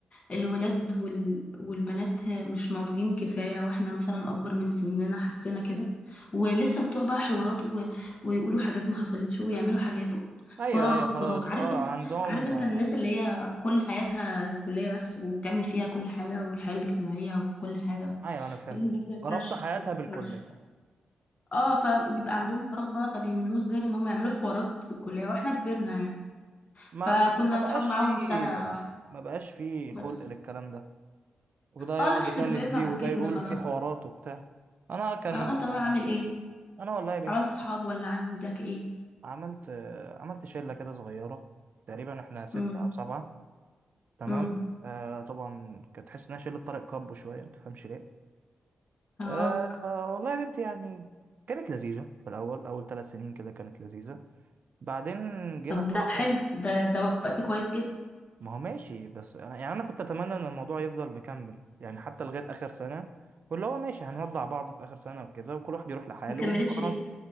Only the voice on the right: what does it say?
ايوه
ايوه
خلاص
اه
عندهم
آه،
ايوه انا فهمت
ربط حياتها
بالكليه
ما
ما ما بقاش
فيه
ما بقاش فيه
خلق للكلام ده وده يقعد
يكلم
دي
وده يقول
في حوارات وبتاع انا كان
آه،
انا والله يا بنتي
عملت آه، عملت شله كده صغيره تقريبا احنا ستة
او سبعة تمام
آه طبعا كانت تحس انها شله طارق كابو شويه ما تفهمش ليه
آه آه، والله يا بنتي يعني كانت لذيذه في الاول اول ثلاث سنين كده كانت لذيذه بعدين جينا
في
رابع
ما هو ماشي بس انا يعني انا كنت اتمنى ان الموضوع يفضل مكمل يعني حتى لغايه اخر سنه واللي هو ماشي هنودع بعض في اخر سنه وكده وكل واحد يروح لحاله
ونبقى قرب-